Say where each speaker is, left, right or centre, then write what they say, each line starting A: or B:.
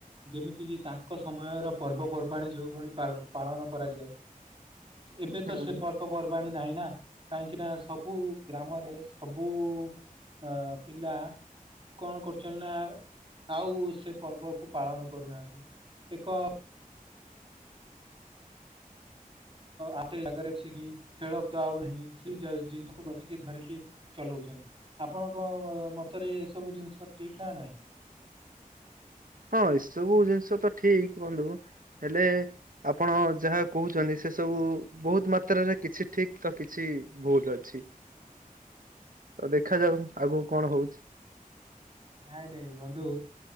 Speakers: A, on the right (about 35°); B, on the right (about 70°).
A: ଯେମିତିକି ତାଙ୍କ ସମୟର ପର୍ବପର୍ବାଣି ଯୋଉଭଳି ପାଳ ପାଳନ କରାଯାଏ, ଏବେ ତ
B: ହୁଁ
A: ସେ ପର୍ବପର୍ବାଣି ନାହିଁ ନା। କାହିଁକି ନା ସବୁ ଗ୍ରାମରେ ସବୁ ଅ ପିଲା କଣ କରୁଛନ୍ତି ନା ଆଉ ସେ ପର୍ବକୁ ପାଳନ କରୁନାହାନ୍ତି। ଏକ ଆତେ ଜାଗାରେ ବସିକି ଖେଳ ଦ ଆଉ ନାହିଁ ସେଇ ଜିନିଷକୁ ବସିକି ଧରିକି ଚ ଳୁଛନ୍ତି ଆପଣଙ୍କ ମତରେ ଏସବୁ ଜିନିଷ ଠିକ ନା ନାହିଁ।
B: ହଁ ଏସବୁ ଜିନିଷ ତ ଠିକ ବନ୍ଧୁ ହେଲେ ଆପଣ ଯାହା କହୁଛନ୍ତି ସେ ସବୁ ବୁ ବହୁତ ମାତ୍ରାରେ କିଛି ଠିକ ତ କିଛି ଭୁଲ ଅଛି। ତ ଦେଖାଯାଉ ଆଗକୁ କଣ ହଉଛି?
A: ନାଇଁ ନାଇଁ ବନ୍ଧୁ।